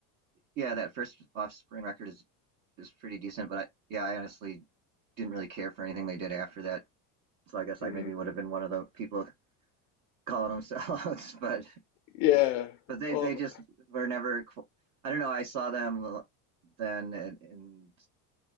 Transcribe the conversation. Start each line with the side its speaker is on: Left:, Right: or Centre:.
Right: yeah, that first Offspring record is is pretty decent. But I, yeah, I honestly didn't really care for anything they did after that. So I guess
Left: Mhm.
Right: I maybe would have been one of the people <laughs> calling them sellouts. But
Left: Yeah.
Right: but they
Left: Well,
Right: they just were never. I don't know. I saw them then in, in